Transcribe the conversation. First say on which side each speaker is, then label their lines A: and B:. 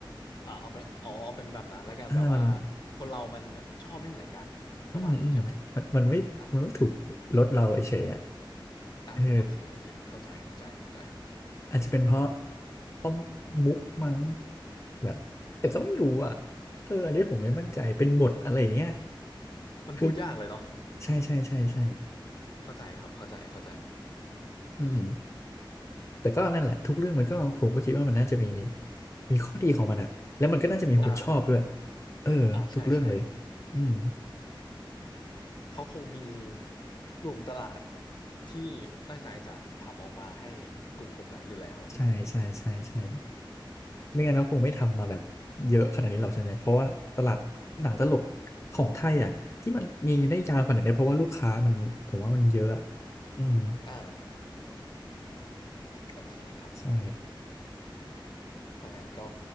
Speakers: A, on the left; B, on the left.
A: อ่าเอาเป็นอ๋อเอาเป็นแบบนั้นแล้วกันแบบว่า
B: อ่ามัน
A: คนเรามันชอบไม่เหมือนกันประมาณนี้ใช่ไหม
B: อืมอืมมันมันไม่มันไม่ถูกรสเราเฉยๆอ่ะ
A: อ่าอ่าโอเคโอเคเข้าใจเข้าใจเข้าใจ
B: เอออาจจะเป็นเพราะเพราะมุกมั้งแบบแต่ก็ไม่รู้อ่ะเอออันนี้ผมไม่มั่นใจเป็นบทอะไรอย่างเงี้ย
A: มันพูดยากเลยเนาะ
B: คือใช่ใช่ใช่ใช่
A: เข้าใจครับเข้าใจเข้าใจ
B: อืม แต่ก็นั่นแหละทุกเรื่องมันก็ผมก็คิดว่ามันน่าจะมีมีข้อดีของมันอะแล้วมันก็น่าจะมีคนชอบด้วย
A: อ่า
B: เออทุกเรื่องเลย
A: อ่าใช่ใช่
B: อืม
A: เขาคงมีกลุ่มตลาดที่ตั้งใจจะทำออกมาให้กลุ่มกลุ่มนั้นอยู่แล้ว
B: ใช่ใช่ใช่ใช่ไม่งั้นก็คงไม่ทำมาแบบเยอะขนาดนี้หรอกใช่ไหมเพราะว่าตลาดหนังตลกของไทยอ่ะที่มันมีได้ยาวขนาดนี้เพราะว่าลูกค้ามันผมว่ามันเยอะอะอืม
A: อ่าโอเคครับ
B: ใช่
A: ถ้างั้นก็